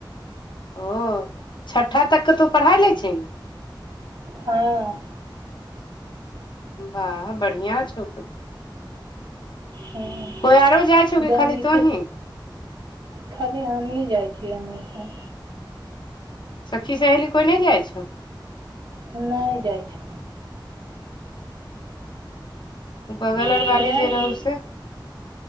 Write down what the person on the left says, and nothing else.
ओ छठा तक के तू पढ़ाय ले छही
वाह बढ़िया छौ त
कोई आरो जाइ छौ कि
खाली तोहीं
सखी सहेली कोइ नहि जाइ छौ
बगल
आर बाली जे रहौ से